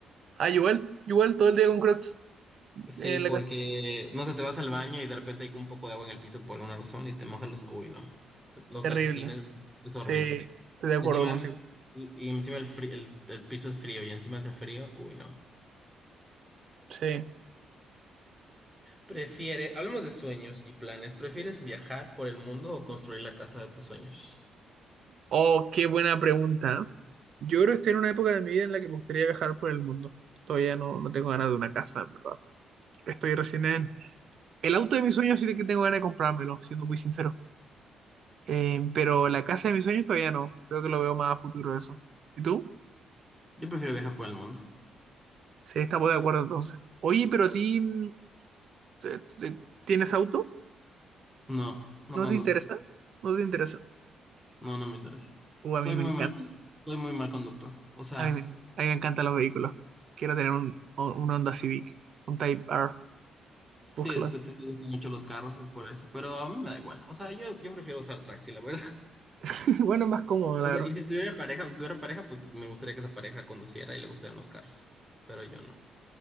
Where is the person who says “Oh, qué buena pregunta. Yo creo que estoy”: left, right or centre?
Right